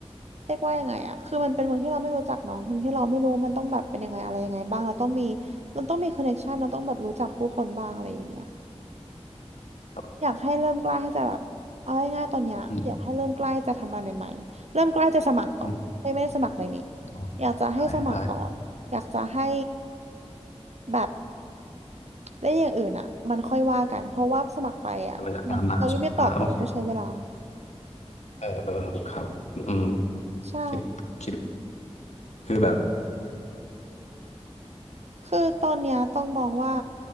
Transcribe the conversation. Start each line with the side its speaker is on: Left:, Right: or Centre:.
Right: เรียกว่ายังไงอะคือมันเป็นเมืองที่เราไม่รู้จักเนาะเมืองที่เราไม่รู้ว่ามันต้องแบบเป็นยังไงอะไรยังไงบ้างเราต้องมีเราต้องมีคอนเนคชันเราต้องแบบรู้จักผู้คนบ้างอะไรอย่างเงี้ย
Left: ครับ
Right: อยากให้เริ่มกล้าให้จะแบบเอาง่ายๆตอนเนี้ยอยากให้เริ่มกล้าให้จะทำอะไรใหม่ๆเริ่มกล้าจะสมัครก่อนเฮ้ยไม่ได้สมัครเลยนี่
Left: อืมอืมอ๋อ
Right: อยากจะให้สมัครก่อนอยากจะให้
Left: ได้ได้
Right: แบบได้อย่างอื่นอ่ะมันค่อยว่ากันเพราะว่าสมัครไปอ่ะมันเขายังไม่ตอบเลยก็ใช้เวลา
Left: แต่มันจะตามมาใช่ไหมอ่าโอเคเออเออครับอืม
Right: ใช่
Left: คิดคิดคือแบบ
Right: คือตอนเนี้ยต้องมองว่า